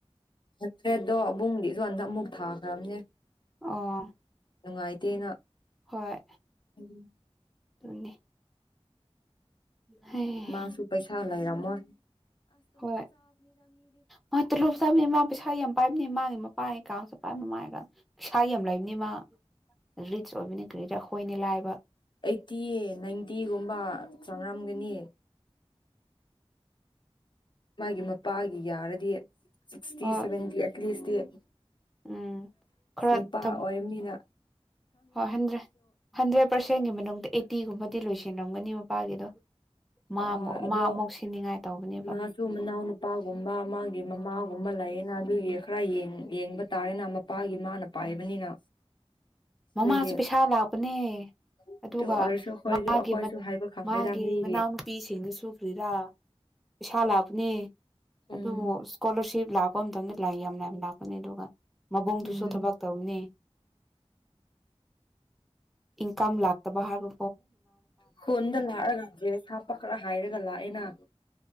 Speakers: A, on the left (about 45°); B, in the centre.
A: ꯅꯠꯇ꯭ꯔꯦꯗꯣ ꯑꯕꯨꯡꯒꯤꯁꯨ ꯍꯟꯗꯛ ꯑꯃꯨꯛ ꯊꯥꯈ꯭ꯔꯕꯅꯦ
B: ꯑꯣ
A: ꯅꯨꯡꯉꯥꯏꯇꯦꯅ
B: ꯍꯣꯏ
A: ꯎꯝ
B: ꯑꯗꯨꯅꯤ ꯍꯩ
A: ꯃꯥꯁꯨ ꯄꯩꯁꯥ ꯂꯩꯔꯝ ꯃꯣꯏ
B: ꯍꯣꯏ ꯍꯣꯏ ꯇꯣꯂꯣꯞ ꯆꯥꯕꯩ ꯃꯥ ꯄꯩꯁꯥ ꯌꯥꯝ ꯄꯥꯏꯕꯅꯤ ꯃꯥꯒꯤ ꯃꯄꯥꯏ ꯑꯦꯀꯥꯎꯟꯁꯨ ꯄꯥꯏꯕꯅꯤ ꯃꯥꯏꯒ ꯄꯩꯁꯥ ꯌꯥꯝ ꯂꯩꯕꯅꯤ ꯃꯥ ꯔꯤꯆ ꯑꯣꯏꯕꯅꯤ ꯀ꯭ꯔꯤꯗ ꯑꯩꯈꯣꯏꯅꯤ ꯂꯥꯏꯕ
A: ꯑꯩꯠꯇꯤ ꯅꯥꯏꯟꯇꯤꯒꯨꯝꯕ ꯆꯔꯝꯒꯅꯤ ꯃꯥꯒꯤ ꯃꯄꯥꯒꯤ ꯌꯥꯔꯗꯤ ꯁꯤꯛꯁꯇꯤ
B: ꯍꯣꯏ
A: ꯁꯚꯦꯟꯇꯤ ꯑꯦꯠ ꯂꯤꯁꯇꯤ <unintelligible>
B: ꯎꯝ ꯈꯔ
A: <inaudible> ꯅꯨꯄꯥ
B: ꯊꯕ
A: ꯑꯣꯏꯔꯝꯅꯤꯅ
B: ꯍꯣꯏ ꯍꯟꯗ꯭ꯔꯦ ꯍꯟꯗ꯭ꯔꯦꯠ ꯄꯔꯁꯦꯟꯒꯤ ꯃꯅꯨꯡꯗ ꯑꯩ ꯇꯤꯒꯨꯝꯕꯗꯤ ꯂꯣꯏꯁꯤꯟꯔꯝꯒꯅꯤ ꯃꯄꯥꯒꯤꯗꯣ ꯃꯥ
A: ꯑ
B: ꯑꯃꯨꯛ
A: ꯍꯣꯏ ꯑꯗꯣ
B: ꯃꯥ ꯑꯃꯨꯛ ꯁꯤꯅꯤꯡꯉꯥꯏ ꯇꯧꯕꯅꯦꯕ
A: ꯃꯥꯁꯨ ꯃꯅꯥꯎ ꯅꯨꯄꯥꯒꯨꯝꯕ ꯃꯥꯒꯤ ꯃꯃꯥꯒꯨꯝꯕ ꯂꯩꯌꯦ ꯅꯥꯒꯤ ꯈꯔ ꯌꯦꯡ ꯌꯦꯡꯕ ꯇꯥꯔꯦꯅ ꯃꯄꯥꯒꯤ ꯃꯥꯅ ꯄꯥꯏꯕꯅꯤꯅ
B: ꯃꯃꯥꯁꯨ
A: ꯑꯗꯨꯗꯤ
B: ꯄꯩꯁꯥ ꯂꯥꯛꯄꯅꯦ
A: ꯑꯗꯨ
B: ꯑꯗꯨꯒ
A: ꯑꯣꯏꯔꯁꯨ ꯑꯩꯈꯣꯏꯁꯨ
B: ꯃꯥꯒꯤ
A: ꯑꯩꯈꯣꯏꯁꯨ ꯍꯥꯏꯕ ꯈꯪꯗꯦꯗ
B: ꯃꯥꯒꯤ
A: ꯃꯤꯒꯤ
B: ꯃꯅꯥꯎꯅ ꯅꯨꯄꯤꯁꯤꯡꯒꯁꯨ ꯐ꯭ꯔꯤꯔꯥ ꯄꯩꯁꯥ ꯂꯥꯛꯄꯅꯦ ꯑꯗꯨꯕꯨ
A: ꯎꯝ
B: ꯏꯁꯀꯣꯂꯔꯁꯤꯞ ꯂꯥꯛꯄ ꯂꯥꯏ ꯌꯥꯝꯅ ꯌꯥꯝ ꯂꯥꯛꯄꯅꯤ ꯑꯗꯨꯒ ꯃꯕꯣꯡꯗꯨꯁꯨ
A: ꯎꯝ
B: ꯊꯕꯛ ꯇꯧꯔꯅꯤ ꯏꯟꯀꯝ ꯂꯥꯛꯇꯕ ꯍꯥꯏꯕ
A: ꯍꯣꯟꯗ ꯂꯥꯛꯑꯒꯗꯤꯁ ꯄ ꯈꯔ ꯍꯥꯏꯔꯒ ꯂꯥꯛꯑꯦꯅ